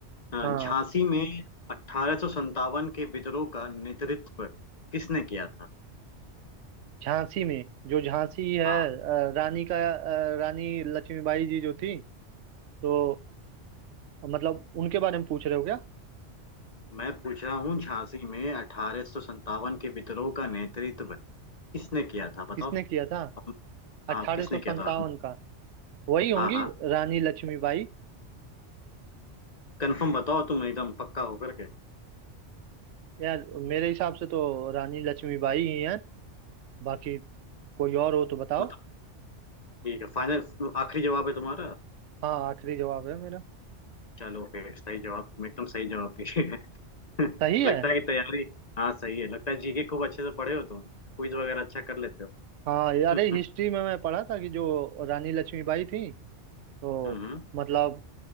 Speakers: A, on the left; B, on the right.
A: अ,
B: हाँ
A: झांसी में अठारह सत्तावन के विद्रोह का नेतृत्व किसने किया था
B: झांसी में जो झांसी है अ,
A: हाँ
B: रानी का अ, रानी लक्ष्मीबाई जी जो थी तो मतलब उनके बारे में पूछ रहे हो क्या
A: मैं पूछ रहा हूँ झांसी में अठारह सत्तावन के विद्रोह का नेतृत्व किसने किया था बताओ
B: किसने किया था
A: हम
B: अठारह
A: हाँ किसने
B: सौ संतावन
A: किया था हम
B: का वही होंगी
A: हाँ हाँ
B: रानी लक्ष्मीबाई
A: कंफर्म बताओ तुम एकदम पक्का होकर के
B: यार मेरे हिसाब से तो रानी लक्ष्मीबाई ही हैं बाकी कोई और हो तो बताओ
A: मतलब ठीक है फाइनल आखिरी जवाब है तुम्हारा
B: हाँ आखिरी जवाब है मेरा
A: चलो फिर सही जवाब तुम एकदम सही जवाब दिए <laughs>
B: सही है
A: लगता है कि तैयारी हाँ सही है लगता है जीके खूब अच्छे से पढ़े हो तुम क्विज वगैरह अच्छा कर लेते हो
B: हाँ अरे
A: <laughs>
B: हिस्ट्री में मैं पढ़ा था कि जो रानी लक्ष्मीबाई थी तो
A: हम्म
B: मतलब